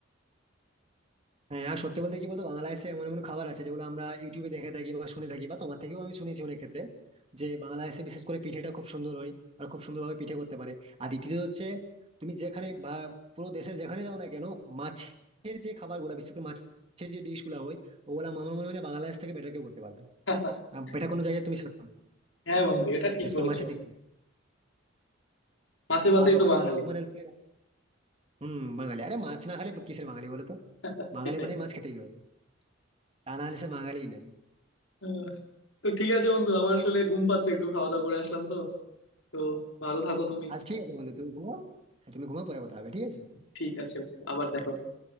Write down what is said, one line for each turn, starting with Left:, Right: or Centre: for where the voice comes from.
Right: হ্যাঁ আর সত্যি বলতে কি বলতো বাংলাদেশে এমন এমন খাবার আছে যেগুলো আমরা ইউটিউবে দেখে থাকি বা শুনে থাকি বা তোমার থেকেও আমি শুনেছি অনেক ক্ষেত্রে যে বাংলাদেশে বিশেষ করে পিঠেটা খুব সুন্দর হয় আর খুব সুন্দরভাবে পিঠে করতে পারে আর দ্বিতীয়ত হচ্ছে তুমি যেখানে ভা- পুরো দেশের যেখানে যাও না কেন মাছের যে খাবার গুলা বিশেষ করে মাছের যে ডিশ গুলা হয় ওগুলা আমার মনে হয় না বাংলাদেশ থেকে বেটার কেউ করতে পারবে
Left: <laughs>
Right: বেটার কোনো জায়গায় তুমি সেটা পাবে
Left: হ্যাঁ বন্ধু এটা ঠিক
Right: বিশেষ
Left: বলেছো
Right: করে মাছের দিক থেকে
Left: মাছে ভাতেই
Right: আর ওখানকার
Left: তো বাঙালি
Right: লোক মানে লোকেরা হম বাঙালি আরে মাছ না খেলে কিসের বাঙালি বলো তো
Left: <laughs>
Right: বাঙালি
Left: সেটাই
Right: মানে মাছ খেতেই হবে তা না হলে সে বাঙালিই না
Left: আহ, তো ঠিক আছে বন্ধু আমার আসলে ঘুম পাচ্ছে একটু খাওয়া দাওয়া করে আসলাম তো তো ভালো থাকো তুমি
Right: আজ ঠিক আছে বন্ধু তুমি ঘুমাও হ্যাঁ তুমি ঘুমাও পরে কথা হবে ঠিক আছে
Left: ঠিক আছে বন্ধু, আবার দেখা হবে।